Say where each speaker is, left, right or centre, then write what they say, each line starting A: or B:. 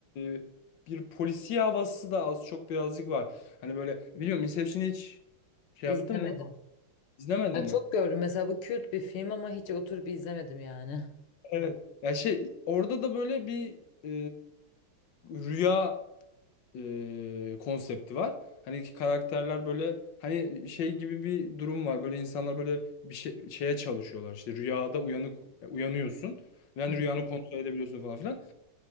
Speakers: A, on the left; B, on the left.
A: e, bir polisiye havası da az çok birazcık var. Hani böyle biliyorum Inception'ı hiç şey
B: İzlemedim.
A: yaptın mı? İzlemedin
B: Ya çok
A: mi?
B: gördüm. Mesela bu kült bir film ama hiç oturup izlemedim yani.
A: Evet. Ya şey orada da böyle bir e, rüya e, konsepti var. Hani karakterler böyle hani şey gibi bir durum var. Böyle insanlar böyle bir şey, şeye çalışıyorlar. İşte rüyada uyanık e, uyanıyorsun. Ve hani
B: Hı.
A: rüyanı kontrol edebiliyorsun falan filan.